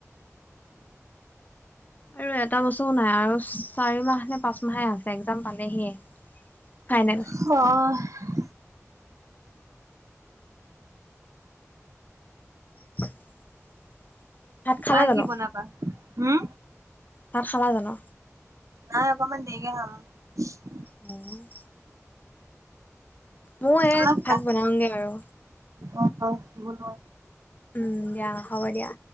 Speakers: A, on the left; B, on the right.
A: আৰু এটা বসও নাই আৰু চাৰি মাহ নে পাঁচ মাহে আছে একজাম পালেহিয়ে ফাইনেল
B: হ
A: <inaudible> ভাত খালা
B: আৰু
A: জানো,
B: কি বনাবা উম
A: ভাত খালা জানো
B: নাই অকমান দেৰিকে খাম
A: উম ময়ে
B: অলপ
A: এই ভাত
B: ৰা
A: বনাওঁগে আৰু
B: অ অ হ'ব ন
A: উম দিয়া হ'ব দিয়া